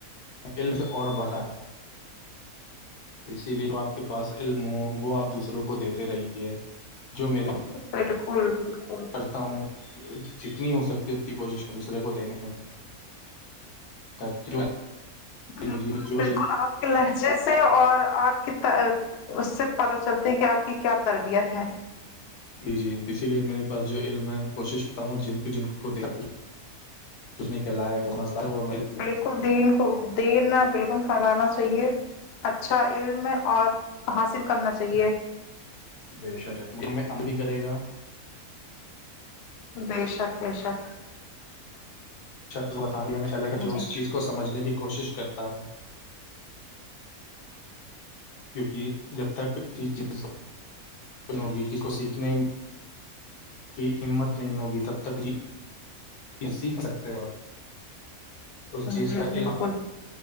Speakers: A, on the left; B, on the left.
A: علم سے اور بڑھا ہے تو اسی لیے جو آپ کے پاس علم ہو وہ آپ دوسروں کو دیتے رہیے جو میرے
B: بالکل بالکل
A: تا ہوں جتنی ہو سکتی اتنی کوشش دوسرے کو دینے <unintelligible>
B: بالکل
A: مجھے جو
B: بالکل
A: علم
B: آپ کے لہجے سے اور آپ اس سے پتہ چلتا ہے کہ آپ کی کیا تربیت ہے
A: جی جی اسی لیے میرے پاس جو علم ہے کوشش کرتا ہوں جن جن کو دیکھ سوچنے کے لائق ہے وہ
B: بالکل دین کو دین نہ بالکل کھلانا چاہیے اچھا علم اور حاصل کرنا چاہیے
A: بے شک میں ام بھی کرے گا
B: بے شک بے شک
A: ص بتانے جو
B: جی
A: اس چیز کو سمجھنے کی کوشش کرتا ہے کیونکہ جب تک ک چیز ہوگی کسی کو سیکھنے کی ہمت نہیں ہوگی تب تک یہ سیکھ سکتے ہو آپ اس چیز
B: جی
A: کا
B: بالکل
A: عام